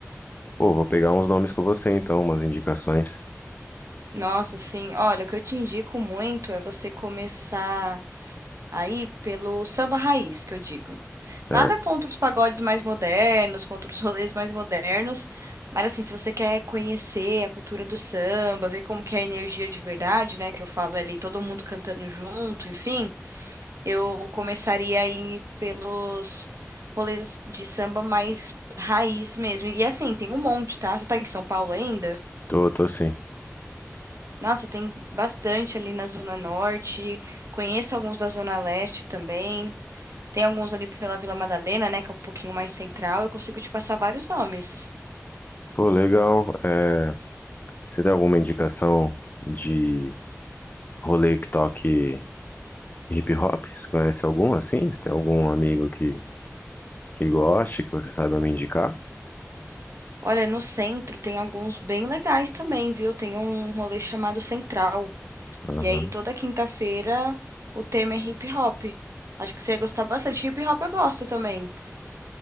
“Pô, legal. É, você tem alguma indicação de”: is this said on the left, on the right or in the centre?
Left